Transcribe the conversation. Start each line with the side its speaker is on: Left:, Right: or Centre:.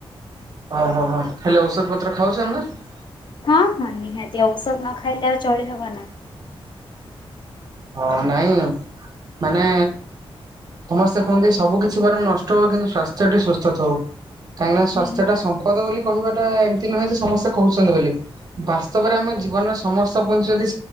Right: ଓହୋ ହୋ ହେଲେ ଔଷଧ ପତ୍ର ଖାଉଚନ୍ତି ନା?
Left: ହଁ ହଁ ନିହାତି ଔଷଧ ନ ଖାଇଲେ ଆଉ ଚଳିହବ ନା।
Right: ହଁ ନାଇଁ ମାନେ ସମସ୍ତେ କୁହନ୍ତି ସବୁ କିଛି ବରଂ ନଷ୍ଟ ହଉ କିନ୍ତୁ ସ୍ଵାସ୍ଥ୍ୟ ଟି ସୁସ୍ଥ ଥାଉ କାହିଁକିନା ସ୍ଵାସ୍ଥ୍ୟ
Left: ନିହାତି
Right: ଟା ସମ୍ ମ୍ପଦ ବୋଲି କହିବାଟା ଏମିତି ନୁହେଁ ଯେ ସମସ୍ତେ କହୁଛନ୍ତି ବୋଲି। ବାସ୍ତବରେ ଆମ ଜୀବନର ସମସ୍ତ ପୁଜି ଯଦି